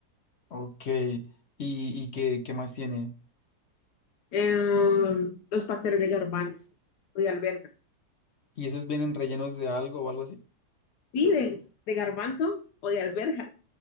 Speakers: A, on the left; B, on the left.
A: Ok, ¿y, y qué, qué más tiene?
B: Eh, los pasteles de garbanzo o de alberja.
A: ¿Y esos vienen rellenos de algo o algo así?
B: Sí, de, de garbanzo o de alberja.